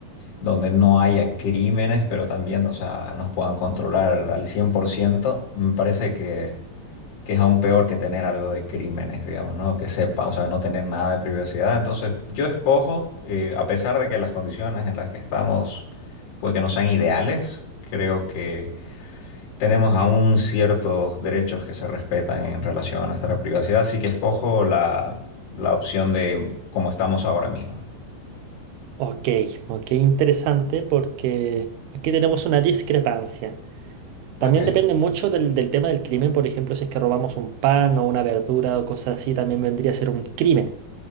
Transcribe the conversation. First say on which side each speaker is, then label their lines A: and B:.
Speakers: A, on the left (about 90°); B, on the right (about 80°).
A: donde no haya crímenes, pero también, o sea, nos puedan controlar al 100%. Me parece que... que es aún peor que tener algo de crímenes, digamos, ¿no? Que sepa, o sea, no tener nada de privacidad. Entonces, yo escojo, eh, a pesar de que las condiciones en las que estamos, pues que no sean ideales, creo que tenemos aún ciertos derechos que se respetan en relación a nuestra privacidad, así que escojo la, la opción de cómo estamos ahora mismo.
B: Ok, ok, interesante porque aquí tenemos una discrepancia. También
A: Ok,
B: depende mucho del, del tema del crimen, por ejemplo, si es que robamos un pan o una verdura o cosas así, también vendría a ser un crimen.